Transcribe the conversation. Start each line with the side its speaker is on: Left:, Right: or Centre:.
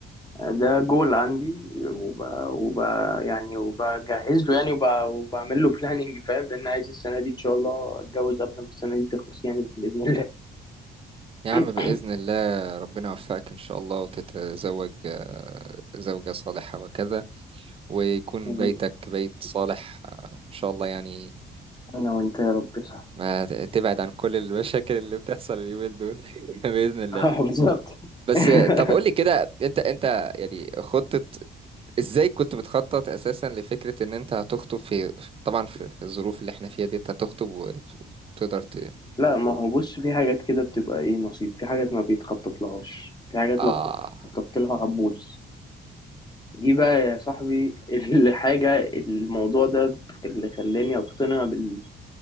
Left: ده جول عندي وب... وب... يعني وبجهز له يعني وب... وبعمل له بلاننج فاهم لان عايز السنه دي ان شاء الله اتجوز قبل ما السنه دي تخلص يعني باذن الله
Right: يا عم
Left: <laughs>
Right: بإذن الله ربنا يوفقك إن شاء الله وتتزوج آه، زوجة صالحة وكذا ويكون
Left: حبيبي
Right: بيتك بيت صالح آه، إن شاء الله يعني
Left: انا وانت يا رب صح
Right: ما ت- تبعد عن كل المشاكل اللي بتحصل اليومين دول <laughs> بإذن الله
Left: اه بالظبط
Right: بس
Left: <laughs>
Right: طب قول لي كده انت انت يعني خطة ازاي كنت بتخطط اساسا لفكرة ان انت هتخطب في طبعا في, في الظروف اللي احنا فيها دي انت هتخطب وتقدر ت...
Left: لا ما هو بص في حاجات كده بتبقى ايه نصيب في حاجات ما بيتخطط لهاش في حاجات
Right: اه
Left: لو خططت لها هتبوظ دي بقى يا صاحبي الحاجة الموضوع ده اللي خلاني أقتنع بال...